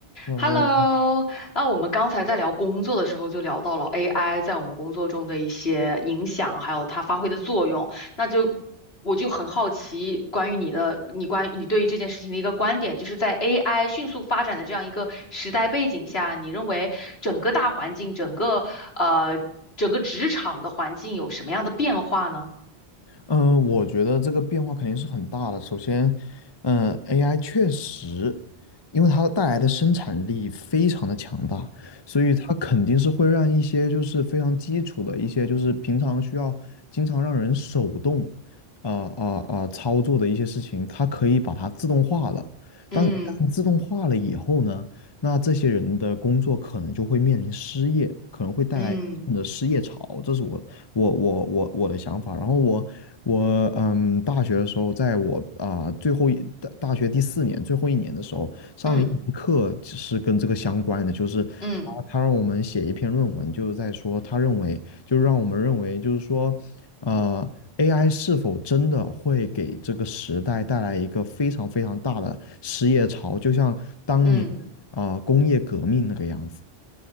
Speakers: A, on the left; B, on the left.
A: 然后，
B: Hello，那我们刚才在聊工作的时候，就聊到了 AI 在我们工作中的一些影响，还有它发挥的作用。那就我就很好奇，关于你的，你关于你对于这件事情的一个观点，就是在 AI 迅速发展的这样一个时代背景下，你认为整个大环境，整个呃整个职场的环境有什么样的变化呢？
A: 嗯、呃我觉得这个变化肯定是很大的。首先，嗯、a i 确实，因为它带来的生产力非常的强大，所以它肯定是会让一些就是非常基础的一些就是平常需要经常让人手动，啊啊啊操作的一些事情，它可以把它自动化了。
B: 嗯
A: 当一旦自动化了以后呢，那这些人的工作可能就会面临失业，可能会带来的失业潮，
B: 嗯
A: 这是我我我我我的想法。然后我我嗯，大学的时候，在我啊、最后一大大学第四年最后一年的时候，上了一门课是跟这个相关的，
B: 嗯
A: 就是他他让我们写一篇论文，
B: 嗯嗯
A: 就是在说他认为，就是让我们认为，就是说，呃。AI 是否真的会给这个时代带来一个非常非常大的失业潮，就像当年啊、
B: 嗯嗯。
A: 呃工业革命那个样子。